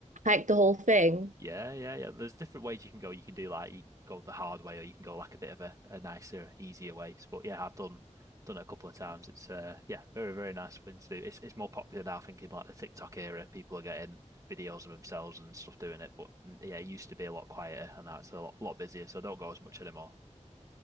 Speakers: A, on the right; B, on the right.
A: hiked the whole thing.
B: Yeah, yeah, yeah. There's different ways you can go. You can do like you go the hard way, or you can go like a bit of a, a nicer, easier way. But yeah, I've done done it a couple of times. It's uh yeah, very, very nice thing to do. It's it's more popular now, I think, in like the TikTok era. People are getting videos of themselves and stuff doing it. But mm, yeah, it used to be a lot quieter and now it's a lot, lot busier, so I don't go as much anymore.